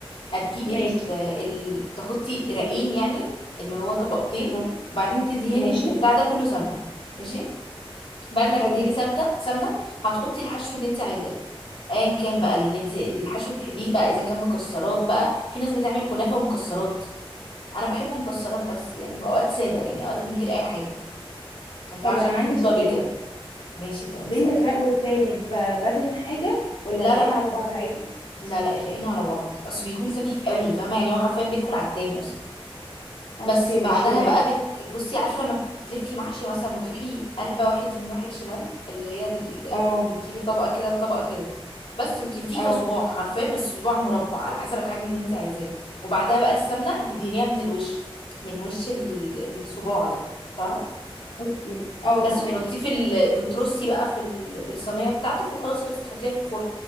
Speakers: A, on the left; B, on the left.
A: هتجيبي ال...
B: ماشي
A: ال... تحطي رقين يعني اللي هو طبقتين
B: م-
A: وبعدين تدهني
B: ماشي
A: البتاع ده كله سمنه ماشي بعد ما
B: حلو
A: تدهني ثابته سمنه هتحطي الحشو اللي انت عايزاه ايا كان بقى اللي انت الحشو اللي بتحبيه بقى اذا كان مكسرات بقى في ناس بتعمل كنافه ومكسرات انا بحب مكسرات بس يعني واوقات ساده يعني اوقات من غير اي حاجه مش عارفة،
B: طب
A: عشان
B: انا عندي
A: يكون طري
B: سؤال
A: كده ماشي تمام
B: بين
A: اسألي
B: الرق والتاني ب- بدهن حاجه ولا
A: لا
B: الرقين
A: لا
B: على بعض عادي
A: لا لا الرقين على بعض اصل بيكون خفيف
B: حلو
A: قوي فاهمه يعني هو حرفيا بيدخل على التاني اصلا
B: اوكي
A: بس بعدها
B: ماشي كملي
A: بقى بت... بصي عارفه لما تلفي محشي مثلا وتروحي قلبه واحد يمين واحد شمال اللي هي ال...
B: اه
A: بتجيبي طبقه كده وطبقه كده بس وتلفيه
B: اه
A: كصباع حرفيا بس صباع مربع على حسب الحجم اللي انت عايزاه وبعدها بقى السمنه هتدهنيها من الوش من وش ال- الصباع ده فاهمه
B: اوكي اه
A: بس
B: فهمك
A: تحطيه في ال... بترصي بقى في ال... في الصينيه بتاعتك وخلاص خلصت تحطيها في الفرن